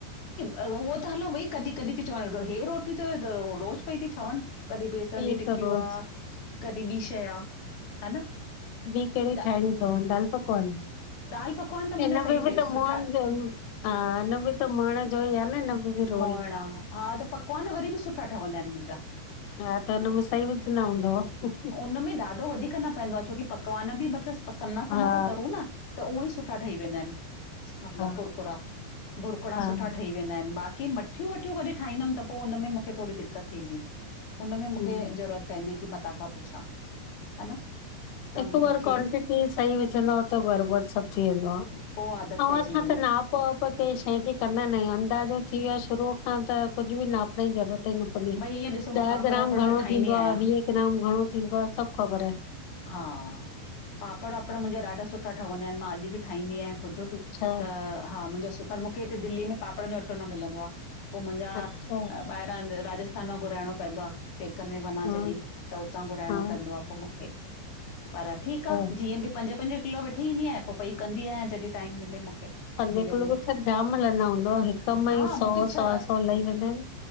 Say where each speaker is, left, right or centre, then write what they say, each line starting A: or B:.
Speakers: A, on the left (about 45°); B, on the left (about 85°).
A: हुअ त हलो भई कॾी कॾी ती ठवनि हे रोटी त रोज़ पई ती ठवनि, कॾी बेसन
B: इहे
A: जी टिकियूं
B: त रोज़
A: आ कॾी बि शएं आ, ह न।
B: ॿी कहिड़ी
A: द
B: ठाहिणी तव दाल पकवान?
A: दाल पकवान त
B: हिन
A: मुंहिंजा सही
B: में बि
A: ठही
B: त
A: सुठा
B: मोहन, हा हिन में त मोएण जो ई आ न हिन में बि रोल
A: मोएण आ, हा त पकवान वरी बि सुठा ठवंदा आहिनि मुंहिंजा।
B: हा त हुनमें सही विझंदा हूंदव।
A: हुनमें ॾाढो वधीक न पैंदो आ छोकी पकवान बि मतिलबु सना सना
B: हा
A: तरूं न त उह ई सुठा ठही वेंदा आहिनि। मतिलबु
B: हा
A: कुरकुरा बुरकुड़ा
B: हा
A: सुठा ठही वेंदा आहिनि बाक़ी मठियूं वठियूं कॾी ठाहींदमि त पो हुन में मूंखे थोड़ी दिक्क़त थींदी। उनमें मूंखे
B: हम्म
A: ज़रूरत पैंदी की मां तां खां पुछां, ह न। त
B: हिकु
A: मूंखे
B: बार क्वांटिटी सही विझंदव त बरोबर सभु थी वेंदो आ।
A: पोइ आदत पइजी
B: असां
A: वेंदी
B: त नाप नाप कंह शइ जी कंदा न आहियू अंदाज़ो थी वियो आहे शुरूअ खां त कुछ बी नाप <unintelligible> जी ज़रूरत ई न पवंदी
A: भई ईअं ॾिसो मां
B: ॾह
A: पापड़
B: ग्राम
A: वापड़ त
B: घणो
A: ठाहींदी
B: थींदो
A: आहियां
B: आह वीह ग्राम घणो थींदो आह सभ ख़बर आहे
A: हा पापड़ वापड़ मुंहिंजा ॾाढा सुठा ठवन्दा आहिन मां अॼ बी ठाहींदी आहियां। ख़ुद
B: अच्छा
A: त हा मुंहिंजा सुपर मूंखे हिते दिल्ली में पापड़न जो अटो न मिलंदो आह पोइ मुंहिंजा
B: अच्छा
A: ॿाहिरां राजस्थान मां घुराइणो पवंदो आह पेकन में वञा
B: हा
A: जॾहिं त उतां घुराइणो
B: हा
A: पवंदो आह पोइ मूंखे पर ठीक आह
B: हा
A: जीअं बी पंज पंज किलो वठी ईंदी आहियां पोइ भई कंदी आहियां जॾहिं टाइम मिले मूंखे।
B: पंज
A: धीरे
B: किलो
A: धीरे,
B: मे त जाम हलंदा हूंदव हिक मा
A: हा
B: ई सौ
A: मूंखे छह
B: सवा सौ लही वेंदा आहिन।